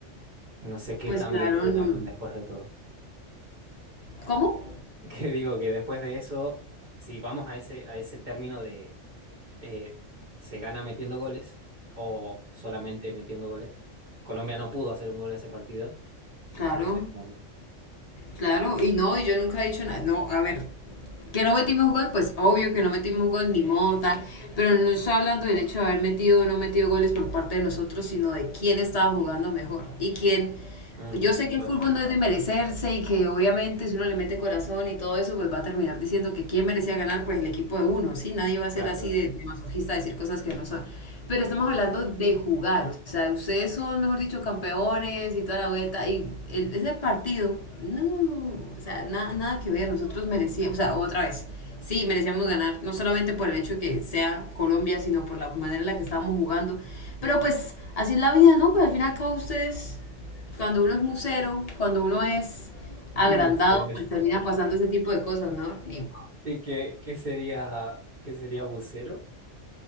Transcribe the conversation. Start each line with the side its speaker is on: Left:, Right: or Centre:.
Right: no sé qué
Left: Pues
Right: tan
Left: claro,
Right: bien jugaron
Left: no.
Right: después de todo.
Left: ¿Cómo?
Right: <laughs> Que digo que después de eso, si vamos a ese, a ese término de eh, se gana metiendo goles o solamente metiendo goles, Colombia no pudo hacer un gol en ese partido.
Left: Claro,
Right: Entonces, como que,
Left: claro, y no, y yo nunca he dicho nada. No, a ver, Que no metimos gol, pues obvio que no metimos gol ni mota, pero no estoy hablando del hecho de haber metido o no metido goles por parte de nosotros, sino de quién estaba jugando mejor y quién...
Right: mm,
Left: Yo
Right: me
Left: sé que
Right: pasa.
Left: el fútbol no es de merecerse y que obviamente si uno le mete corazón y todo eso, pues va a terminar diciendo que quién merecía ganar, pues el equipo de uno, ¿sí? Nadie va a ser
Right: Claro,
Left: así
Right: claro.
Left: de,
Right: <laughs>
Left: de masoquista, decir cosas que no son. Pero
Right: Sí,
Left: estamos
Right: sí,
Left: hablando
Right: sí.
Left: de jugar, o sea, ustedes son, mejor dicho, campeones y toda la vuelta, y el- ese partido, no, o sea, na- nada que ver, nosotros merecíamos, o sea, otra vez, sí, merecíamos ganar, no solamente por el hecho de que sea Colombia, sino por la manera en la que estábamos jugando, pero pues así es la vida, ¿no? Pues al final acá ustedes, cuando uno es musero, cuando uno es agrandado,
Right: Bucero.
Left: pues termina
Right: <laughs>
Left: pasando ese tipo de cosas, ¿no? Ni
Right: ¿Y qué, qué sería, qué sería bucero?